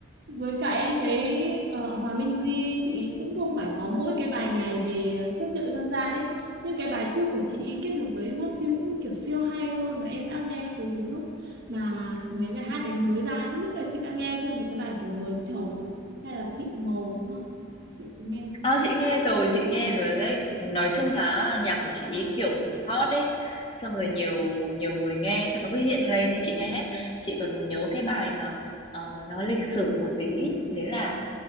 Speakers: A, on the right; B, on the left.
A: Với cả em thấy ở Hòa Minh Di chị cũng không phải có mỗi cái bài này về chất liệu dân gian ấy, nhưng cái bài trước của chị kết hợp với mắt siêu cũng kiểu siêu hay luôn mà em đã nghe từ lúc mà mấy bài hát đấy mới ra ấy, không biết là chị đã nghe chưa về cái bài kiểu mời trầu à hay là chị mầu đúng không chị có nghe chưa
B: À, chị nghe rồi, chị nghe rồi đấy. Nói chung là nhạc của chị ý kiểu hot ấy. Xong rồi nhiều nhiều người nghe xong nó cứ hiện lên ấy, chị nghe hết. Chị còn nhớ cái bài mà ờ, nó lịch sử một tí, đấy là